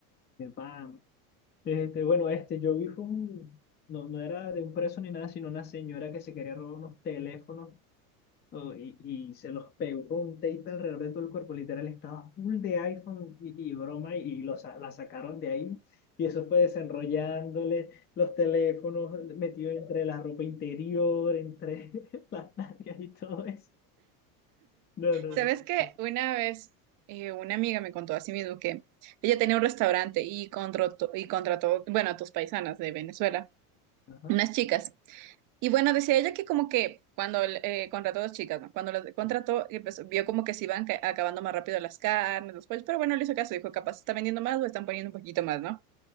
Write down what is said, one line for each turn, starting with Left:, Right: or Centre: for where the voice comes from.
Left: de pan. Este, bueno, este, yo vi fue un, no, no era de un preso ni nada, sino una señora que se quería robar unos teléfonos oh, y, y se los pegó con un tape alrededor de todo el cuerpo, literal, estaba full de iPhone y, y broma y, los, sa- la sacaron de ahí y eso fue desenrollándole los teléfonos metidos entre la ropa interior, entre <laughs> las nalgas y todo eso. No, no, no.
Right: Sabes que
Left: no,
Right: una vez eh, una amiga me contó a sí mismo que ella tenía un restaurante y contrató, y contrató, bueno, a tus paisanas de Venezuela,
Left: Ajá,
Right: unas chicas. Y bueno, decía ella que como que cuando eh, contrató dos chicas, ¿no? Cuando las contrató, eh, pues, vio como que se iban ca- acabando más rápido las carnes, los pollos, pero bueno, le hizo caso, dijo, capaz está vendiendo más o están poniendo un poquito más, ¿no?